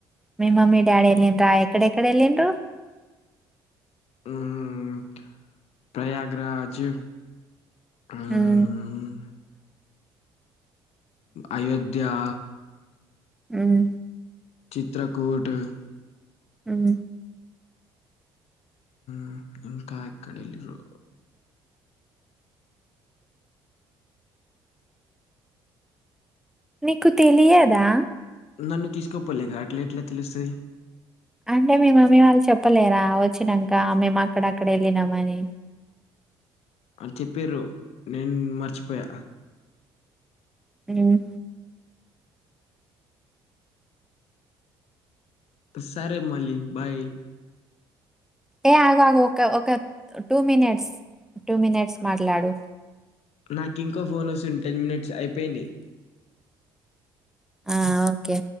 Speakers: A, in the centre; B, on the left.
A: మీ మమ్మీ డాడీ ఎల్లిన్నర ఎక్కడెక్డ ఎల్లిన్నరు
B: హ్మ్మ్ ప్రయాగరాజ్ మ్
A: హ్మ్.
B: అయోధ్యా
A: మ్
B: చిత్రకూట్
A: మ్
B: మ్ ఇంకా ఎకడెలీరు
A: నీకు తెలియదా
B: నన్ను తీసుకపోలేగా అట్లా ఎట్లా తెలుస్తుది
A: అంటే మీ మమ్మీ వాళ్ళు చెప్పలేరా వచ్చినంక మేము అక్కడ అక్కడ ఎళ్ళినామని
B: అల్లు చెప్పిరు నేను మర్చిపోయా
A: మ్ హు
B: సరే మలి బాయ్
A: ఏ ఆగ్ ఆగు ఒక ఒక టూ మినిట్స్ టూ మీనిట్స్ మాట్లాడు
B: నాకు ఇంకో ఫోన్ ఓస్తుంది టెన్ మినిట్స్ అయిపోయింది
A: ఆ ఓకే